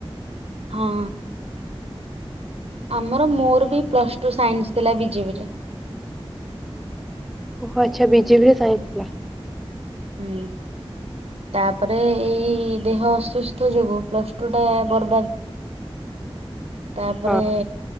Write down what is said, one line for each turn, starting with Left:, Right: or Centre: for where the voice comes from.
Right: ହଁ। ଆମର ମୋର ବି ପ୍ଲସ୍ ଟୁ ସାଇନ୍ସ ଥିଲା ବି ଜେ ବି ରେ।
Centre: ଓହୋ ଆଚ୍ଛା ବି ଜେ ବି ରେ ସାଇନ୍ସ ଥିଲା।
Right: ହୁଁ। ତାପରେ ଏଇ ଦେହ ଅସୁସ୍ଥ ଯୋଗୁ ପ୍ଲସ ଟୁ ଟା ବର୍ବା ତାପରେ।
Centre: ହଁ